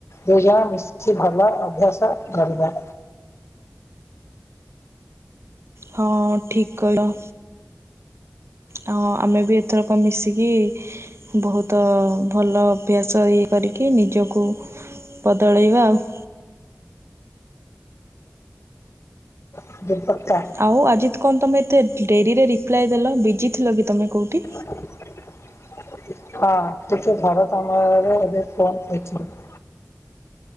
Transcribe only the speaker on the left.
ଦୁଇ ଜଣ ମିଶିକି ଭଲ ଅଭ୍ୟାସ କରିବା।
<unintelligible>
<unintelligible>